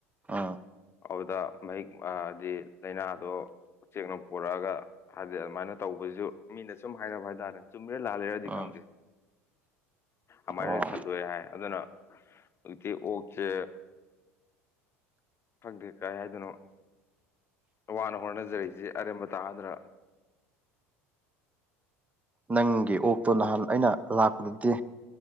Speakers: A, on the right; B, on the left.
A: ꯎꯝ
B: ꯑꯗꯨꯗ ꯃꯍꯤꯛ ꯑꯥ ꯗꯤ ꯂꯩꯅꯥꯗꯣ ꯎꯆꯦꯛꯅ ꯄꯣꯔꯛꯑꯒ ꯍꯥꯏꯗꯤ ꯑꯗꯨꯃꯥꯏꯅ ꯇꯧꯕꯖꯤꯖꯨ ꯃꯤꯅ ꯁꯨꯝ ꯍꯥꯏꯅꯕ ꯍꯥꯏꯇꯥꯔꯦ ꯆꯨꯝꯃꯤꯔ ꯂꯥꯜꯂꯤꯔꯗꯤ
A: ꯎꯝ
B: ꯈꯪꯗꯦ ꯑꯃꯥꯏꯅ
A: ꯑꯣ
B: ꯁꯟꯗꯣꯛꯑꯦ ꯍꯥꯏ ꯗꯨꯅ ꯍꯧꯖꯤꯛꯇꯤ ꯑꯣꯛꯁꯦ ꯈꯪꯗꯦ ꯀꯩ ꯍꯥꯏꯗꯣꯏꯅꯣ ꯋꯥꯅ ꯍꯣꯠꯅꯖꯔꯤꯁꯦ ꯑꯔꯦꯝꯕ ꯇꯥꯔꯗ꯭ꯔꯥ
A: ꯅꯪꯒꯤ ꯑꯣꯛꯇꯣ ꯅꯍꯥꯟ ꯑꯩꯅ ꯂꯥꯛꯄꯗꯗꯤ